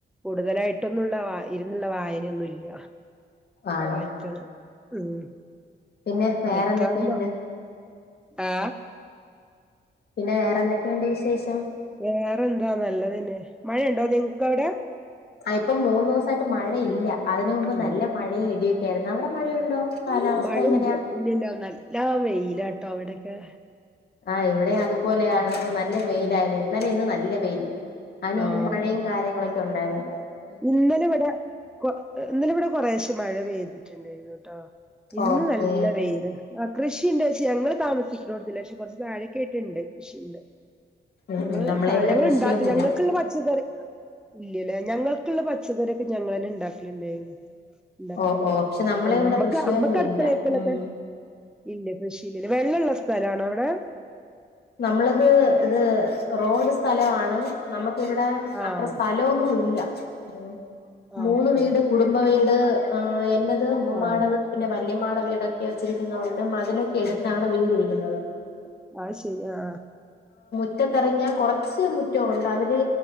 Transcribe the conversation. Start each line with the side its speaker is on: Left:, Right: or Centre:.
Centre: കൂടുതലായിട്ട് പെട്ടന്നുള്ള വായ് ഇരുന്നുള്ള വായനയൊന്നുമില്ല
Left: ആണോ
Centre: വായിക്കണ് ഉം
Left: പിന്നെ വേറെന്തൊക്കെയുണ്ട്
Centre: വായിക്കാറില്ലോ ആ
Left: പിന്നെ വേറെന്തക്കെയുണ്ട് വിശേഷം
Centre: വേറെ എന്താ നല്ലത് തന്നെ മഴയുണ്ടോ നിങ്ങക്ക് അവിടെ
Left: അ ഇപ്പം മൂന്ന് ദോസായിട്ട് മഴ ഇല്ല അതിന് മുമ്പ്
Centre: ഇല്ല
Left: നല്ല മഴയും ഇടിയും ഒ പെരുന്നാളിന് അവിടെ മഴയുണ്ടോ കാലാവസ്ഥ
Centre: മഴ
Left: എങ്ങനെയാ
Centre: ഇല്ല ഇല്ലല്ലോ നല്ലാ വെയില് ലാ കേട്ടോ ഇവിടെയൊക്കെ
Left: ആ ഇവിടെ അതുപോലെയാണ് നല്ല വെയിലായിരുന്നു
Centre: ഉം
Left: ഇന്നലെ ഇന്നും നല്ല വെയില് അതിന്
Centre: ആഹ്
Left: മുമ്പ് മഴയും കാര്യങ്ങളൊക്കെ ണ്ടായിരുന്നു
Centre: ഇന്നലെ ഇവിടെ ഇന്നലെ ഇവിടെ കൊറേച്ചേ മഴ പെയ്തിട്ടുണ്ടായിരുന്നു കേട്ടോ ഇന്ന്
Left: ഓക്കേ
Centre: നല്ല വെയില് കൃഷിണ്ട് പക്ഷേ ഞങ്ങള് താമസിക്കണോടത്തില്ല പക്ഷെ കൊറച്ച് താഴ കേട്ടുണ്ട് കൃഷിയൊ
Left: ഉം ഉം
Centre: ണ്ട്
Left: നമ്മളെ ഇവിടെ
Centre: ഞങ്ങള്ണ്ടാക്കി
Left: കൃഷിയൊന്നുല്ല
Centre: ഞങ്ങക്കുള്ള പച്ചക്കറി ഇല്ലല്ലേ ഞങ്ങൾക്കുള്ള പച്ചക്കറിയൊക്കെ ഞങ്ങള് തന്നെ ഒ ണ്ടാക്കലുണ്ടായിരുന്നു ഉണ്ടാക്കണ്ട്
Left: ഓ ഓ പക്ഷെ നമ്മളെ
Centre: ഒണ്ട്
Left: ഇവിടെ
Centre: നമ്മക്ക്
Left: കൃഷിയൊന്നും
Centre: അമ്മക്ക് അടുക്കളത്തലെത്തെ
Left: ഇല്ല ഉം
Centre: ഇല്ല കൃഷിഇല്ല വെള്ളമൊള്ള സ്ഥലണോ അവിടെ
Left: നമ്മളത് ഇത് റോഡ് സ്ഥലമാണ് നമുക്ക്ിവിടെ
Centre: ആഹ്
Left: അത്ര സ്ഥലമൊന്നും ഇല്ല ഉ
Centre: ആഹ്
Left: മൂന്ന് വീട്
Centre: ഓഹ്
Left: കുടുംബ വീട് ആ എന്റെ ഉട
Centre: ആഹ്
Left: പിന്നെ വ ഉമ്മാടെ വീടൊക്കെ മതിലൊക്കെ എടുത്താണ് വീടു വച്ചത് ല്ലെ
Centre: <unintelligible> ആഹ ശരി ആ
Left: മുറ്റത്തിറങ്ങിയാ കുറച്ച് മുറ്റവുംുണ്ട് അതില്